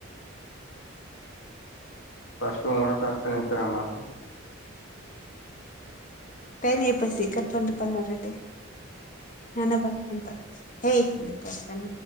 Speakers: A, on the left; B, on the left.
A: ఫస్ట్ ఉ కూడా పస్తస్తతుమ్మా
B: పని పసి క పన్ను పన్ను రెడ్డి అన్న ప పడి పట్ హే పన్న